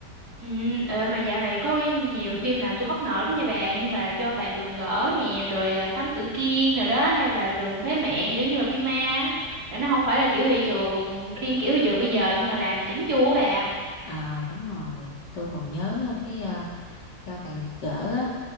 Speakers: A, on the right; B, on the left.
A: ừ ờ, mà dạo này có nhiều phim làm tôi bất ngờ lắm nha bà nhưng mà cho tàn gật gỡ nè rồi à, Thám Tử Kiên rồi đó hay là Rừng Thế Mẹn kiểu như là phim ma á. Rồi nó không phải là kiểu thị trường phim kiểu thị trường bây giờ nhưng mà làm chỉnh chu á bà
B: Ờ đúng rồi, tôi còn nhớ á, cái ờ, cho tàn gật gỡ á,